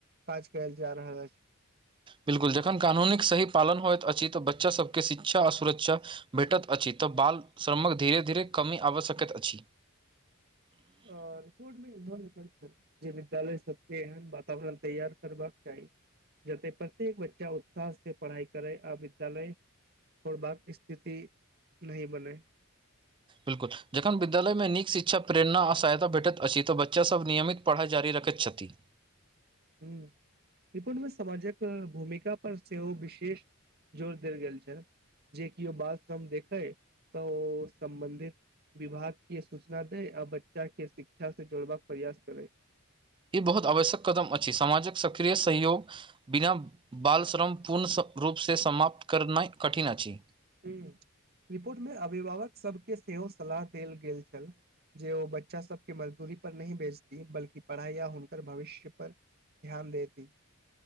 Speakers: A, on the right; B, on the right.
A: काज कयल जा रहल छै
B: बिलकुल जखन कानून सही पालन होइत अछि तऽ बच्चासभके शिक्षा आ सुरक्षा भेटत अछि तऽ बाल श्रमक धीरे धीरे कमी आवश्यकत अछि
A: आओर सुप मेह जे विद्यालय सबके एहन वातावरण तैयार करबाक चाहि जते प्रत्येक बच्चा उत्साह से पढ़ाई करे आ विद्यालयक छोड़बाक स्थिति नही बनै
B: ब्कुल <unintelligible> जखन विद्यालयमे नीक शिक्षा प्रेरणा आ सहायता भेटैत अछि तऽ बच्चासभ नियमित पढ़ाइ जारी रखैत छथिन्ह
A: ह विपुण मे समामाजिक भूमिका पर सेहो विशेष जोर देल गेल छै जे किओ बाल श्रम देखै तऽ ओ सम्बन्धित विभाग के सूचना देै आ बच्चा के शिक्षा से जोड़बाक प्रयास करै
B: ई बहुत आवश्यक कदम अछि समाजक सक्रिय सहयोग बिना बालश्रम पूर्ण रूपसँ समाप्त करनाइ कठिन अछि
A: ह रिपोर्ट मे अभिभावक सबके सेहो सलाह देल गेल छैक जे ओ बच्चा सबके मजदूरी पर नहि बेचती बल्ि पढ़ाइ या हुनक भविष्य पर ध्यान देती